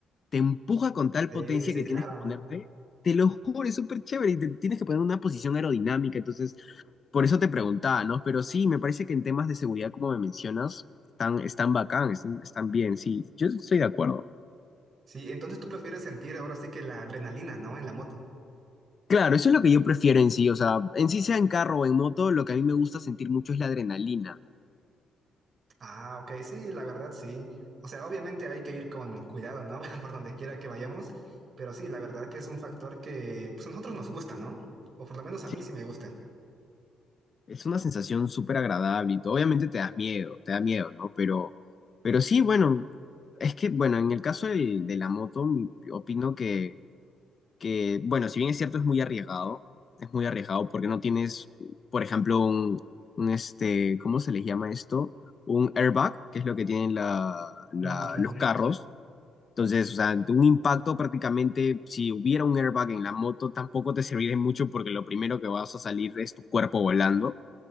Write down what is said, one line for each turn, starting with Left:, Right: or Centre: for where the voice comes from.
Left: te empuja con tal
Right: Sí,
Left: potencia
Right: sí,
Left: que
Right: claro.
Left: tienes que ponerte. Te lo juro, es súper chévere y te tienes que poner en una posición aerodinámica. Entonces, por eso te preguntaba, ¿no? Pero sí, me parece que en temas de seguridad, como me mencionas, están, están bacán, están, están bien, sí. Yo estoy de acuerdo.
Right: Sí, entonces tú prefieres sentir ahora sí que la adrenalina, ¿no? En la moto.
Left: Claro, eso es lo que yo prefiero en sí. O sea, en sí sea en carro o en moto, lo que a mí me gusta sentir mucho es la adrenalina.
Right: Ah, ok, sí, la verdad, sí. O sea, obviamente hay que ir con cuidado, ¿no? <laughs> Por donde quiera que vayamos, pero sí, la verdad que es un factor que pues, a nosotros nos gusta, ¿no? O por lo menos a
Left: Sí.
Right: mí sí me gusta.
Left: Es una sensación súper agradable y todo. Obviamente te das miedo, te da miedo, ¿no? Pero, pero sí, bueno, es que, bueno, en el caso del- de la moto, mi- opino que que, bueno, si bien es cierto, es muy arriesgado, es muy arriesgado porque no tienes, por ejemplo, un, un, este, ¿cómo se les llama esto? Un airbag, que es lo que tienen la- la-
Right: Mm, claro.
Left: los carros. Entonces, o sea, ante un impacto prácticamente, si hubiera un airbag en la moto, tampoco te serviría mucho porque lo primero que vas a salir es tu cuerpo volando.